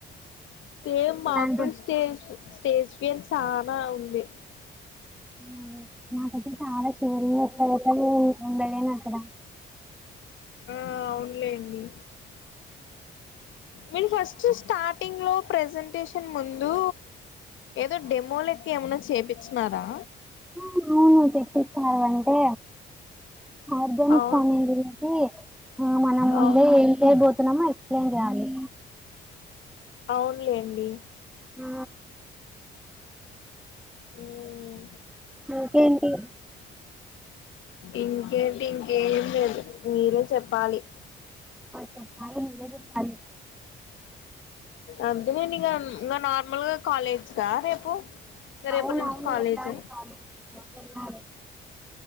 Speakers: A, on the left; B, in the centre.
A: సేమ్
B: ఇలాంటి
A: మాకు స్టేజ్ స్టేజ్ ఫీయన్ షానా ఉంది
B: అవు నాకయితే చాలా శివరింగ్ వస్తది ఒక్కదాన్ని ఉండలేను అక్కడ
A: ఆ అవునులేండి మీరు ఫస్ట్ స్టార్టింగ్ లో ప్రజెంటేషన్ ముందు ఏదో డెమో లెక్క ఏమన్నా చేపించీన్నారా
B: అవును చెపిచ్చారు అంటే ఆర్గానిక్
A: అవును
B: ఫామింగ్ గురించి ఆ మనం ముందే
A: అవు
B: ఏం చేయబోతున్నామో ఏం చేయాలి
A: అవునులేండి
B: ఆ
A: మ్మ్
B: ఇంకేంటి
A: ఇంకేంటి ఇంకేం లేదు మీరే చెప్పాలి
B: చెప్పాలి మీరే చెప్పాలి
A: అంతే నేను ఇక ఇంకా నార్మల్గా కాలేజ్గా రేపు ఇంగ రేపటి
B: అవును
A: నుంచి
B: అవును
A: కాలేజ్
B: వెళ్ళాలి కాలేజ్ కి వెళ్